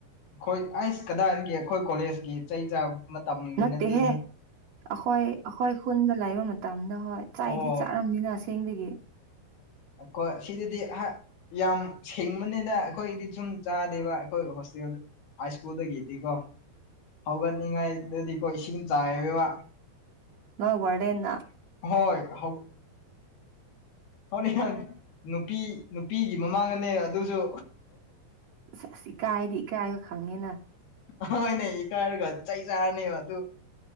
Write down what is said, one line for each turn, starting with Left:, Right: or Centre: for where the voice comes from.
Left: ꯑꯩꯈꯣꯏ ꯑꯩꯁ ꯀꯗꯥꯏꯗꯒꯤ ꯑꯩꯈꯣꯏ ꯀꯣꯂꯦꯖꯀꯤ ꯆꯩ ꯆꯥꯕ ꯃꯇꯝꯗꯤ
Right: ꯅꯠꯇꯦꯍꯦ
Left: ꯅꯠꯇꯦ
Right: ꯑꯩꯈꯣꯏ ꯑꯩꯈꯣꯏ ꯈꯨꯟꯗ ꯂꯩꯕ ꯃꯇꯝꯗ ꯍꯣꯏ ꯆꯩꯗꯤ
Left: ꯑꯣ
Right: ꯆꯥꯔꯝꯅꯤꯅ ꯑꯁꯦꯡꯕꯒꯤ
Left: ꯈꯣꯏ ꯁꯤꯗꯗꯤ ꯑꯍ ꯌꯥꯝ ꯁꯦꯡꯕꯅꯤꯅ ꯑꯩꯈꯣꯏꯒꯤꯗꯤ ꯁꯨꯝ ꯆꯥꯗꯦꯕ ꯑꯩꯈꯣꯏ ꯍꯣꯁꯇꯦꯜ ꯍꯥꯏ ꯁ꯭ꯀꯨꯜꯗꯒꯤꯗꯤꯀꯣ ꯍꯧꯒꯠꯅꯤꯡꯉꯥꯏꯗꯗꯤꯀꯣ ꯏꯁꯤꯡ ꯆꯥꯏꯕ
Right: ꯅꯣꯢ ꯋꯥꯗꯦꯜꯅ
Left: ꯍꯣꯏ ꯍ ꯍꯣꯔꯦꯟ ꯅꯨꯄꯤ ꯅꯨꯄꯤꯒꯤ ꯃꯃꯥꯡꯅꯦ ꯑꯗꯨꯁꯨ
Right: ꯑꯁ ꯑꯁ ꯏꯀꯥꯏꯗꯤ ꯏꯀꯥꯏꯕ ꯈꯪꯉꯦꯅ
Left: ꯍꯣꯏꯅꯦ ꯏꯀꯥꯏꯔꯒ ꯆꯩ ꯆꯥꯔꯅꯤ ꯑꯗꯨ